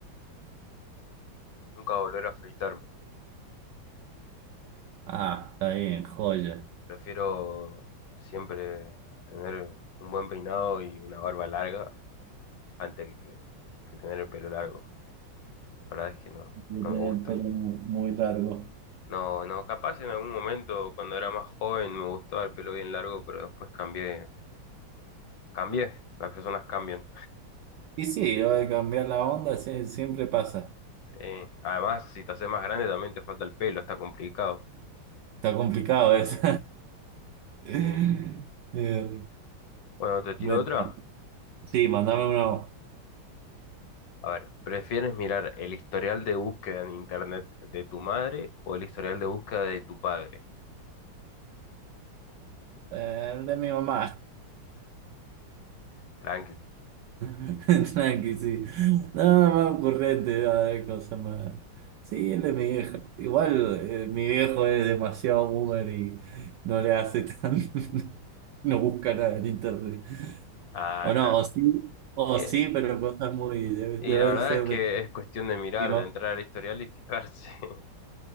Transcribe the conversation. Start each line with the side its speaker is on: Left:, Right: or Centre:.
Left: Nunca volver a afeitarme.
Right: Ah, está bien, joya.
Left: Prefiero siempre tener un buen peinado y una barba larga antes que, que tener el pelo largo. La verdad es que no,
Right: Yo
Left: no
Right: tenía
Left: me gusta.
Right: el pelo muy, muy largo.
Left: No, no, capaz en algún momento cuando era más joven me gustaba el pelo bien largo, pero después cambié, cambié, las personas cambian.
Right: Y sí, va a cambiar la onda, sí, siempre pasa.
Left: Sí, además, si te haces más grande también te falta el pelo, está complicado.
Right: Está complicado eso. <laughs>
Left: Sí.
Right: Bien.
Left: Bueno, te tiro
Right: Bueno,
Left: otra.
Right: sí, mandame una voz.
Left: A ver, ¿prefieres mirar el historial de búsqueda en internet de tu madre o el historial de búsqueda de tu padre?
Right: Eh, el de mi mamá.
Left: Tranqui.
Right: <laughs> Tranqui, sí. Nada más ocurrente, a cosa más. Sí, el de mi viejo. Igual eh, mi viejo es demasiado boomer y no le hace tan. <laughs> No busca nada en internet.
Left: Ah,
Right: O
Left: claro.
Right: no, o sí, o
Left: Y,
Right: sí, pero cosas muy. Debe,
Left: y
Right: debe
Left: la verdad
Right: ser
Left: es que
Right: de.
Left: es cuestión de mirar,
Right: Mi, ma-
Left: de entrar al historial y fijarse. <laughs>